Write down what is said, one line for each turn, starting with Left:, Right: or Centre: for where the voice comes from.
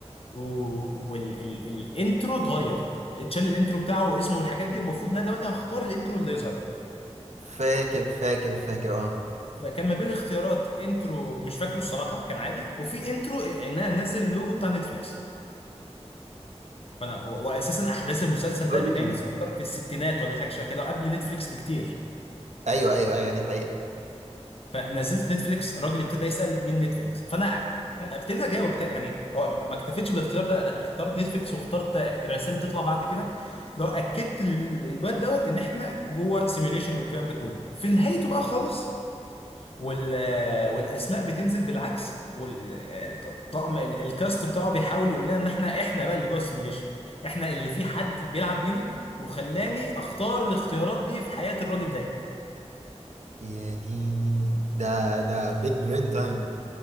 Left: والانترو اتغير اتشال الانترو بتاعه واسمه والحاجات دي ومفروض ان انا دلوقتي هختار الانترو اللي يظهر
Right: فاكر فاكر فاكر اه
Left: فكان ما بين الاختيارات انترو مش فاكره الصراحه كان عادي وفي انترو ان انا انزل اللوجو بتاع نتفليكس فانا و- واساسا احداث المسلسل
Right: دول
Left: ده بتعمل تفكر في الستينات ولا حاجه شبه كده قبل نتفليكس بكتير
Right: ايوه ايوه ايوه دي حقيقة
Left: فنزلت نتفليكس الراجل ابتدى يسال مين نتفليكس فانا ابتديت اجاوب ابتديت يعني هو ما اكتفيتش بالاختيار ده لا اخترت نتفليكس واخترت الرسائل اللي بتطلع بعد كده لو اكدت لل- للواد دوت ان احنا جوه سيميوليشن والكلام ده كله في نهايته بقى خالص وال والاسماء بتنزل بالعكس والطقم الكاست بتاعه بيحاول يقول لنا ان احنا احنا بقى اللي جوه السيميوليشن احنا اللي في حد بيلعب بينا وخلاني اختار الاختيارات دي في حياة الراجل ده
Right: يا ديني ده ده بيج برين تايم